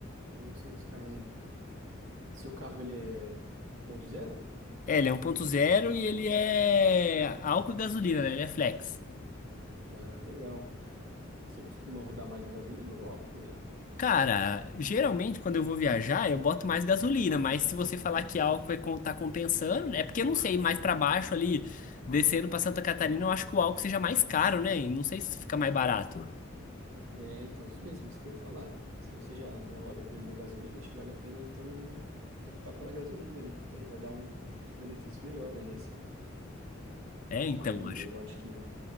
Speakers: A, on the right; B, on the left.
A: 1.800 km. Seu carro ele é 1.0?
B: É, ele é um ponto zero e ele é álcool e gasolina, né? Ele é flex.
A: Ah, legal. Você costuma rodar mais na gasolina ou no álcool com ele?
B: Cara, geralmente quando eu vou viajar, eu boto mais gasolina, mas se você falar que álcool é, com- tá compensando, é porque eu não sei, mais pra baixo ali, descendo pra Santa Catarina, eu acho que o álcool seja mais caro, né? E Não sei se fica mais barato.
A: É, então, isso mesmo, isso que eu ia falar. Se você já, já roda com ele na gasolina, acho que vale a pena, então, optar pela gasolina ali, que daí vai dar um custo-benefício melhor ali, assim.
B: É, então,
A: Aí
B: eu acho.
A: eu acho que,